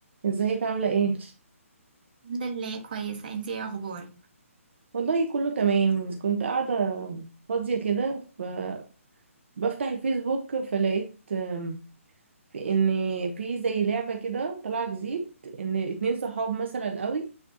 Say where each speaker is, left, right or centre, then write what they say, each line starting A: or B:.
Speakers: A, on the right; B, on the right.
A: ازيك عاملة ايه؟
B: الحمد لله كويسة انتي ايه اخبارك
A: والله كله تمام كنت قاعدة فاضية كده فبفتح الفيسبوك فلقيت آم، في ان في زي لعبة كده طالعة جديد ان اتنين صحاب مثلا قوي